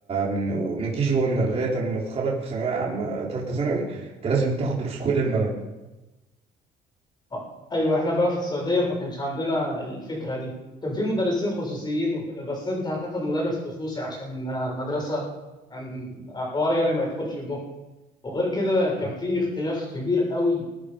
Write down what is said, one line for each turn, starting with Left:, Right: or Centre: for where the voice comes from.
Right: من من كي جي 1 لغاية اما تتخرج في ثانوية عامة ثالثة ثانوي انت لازم تاخد دروس في كل المواد
Left: آه، ايوه احنا بقى في السعوديه ما كانش عندنا الفكره دي كان في مدرسين خصوصيين وكده بس انت هتاخد مدرس خصوصي عشان آه، مدرسه عن حوار يعني ما يدخلش المخ وغير كده كان
Right: مم.
Left: في اختلاف كبير قوي